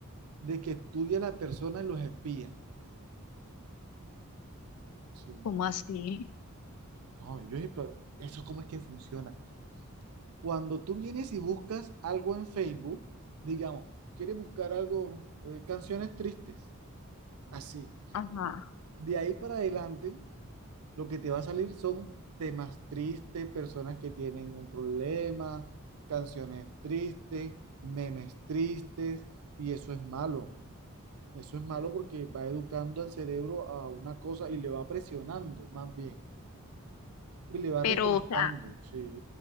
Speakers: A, on the right; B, on the left.
A: de que estudia a la persona y los espía. Sí.
B: ¿Cómo así?
A: No, yo pero eso cómo es que funciona. Cuando tú vienes y buscas algo en Facebook, digamos, quieres buscar algo, eh, canciones tristes, así.
B: Ajá.
A: De ahí para adelante, lo que te va a salir son temas tristes, personas que tienen un problema, canciones tristes, memes tristes, y eso es malo. Eso es malo porque va educando al cerebro a una cosa y le va presionando más bien. Y le va
B: Pero,
A: reforzando,
B: o sea,
A: sí,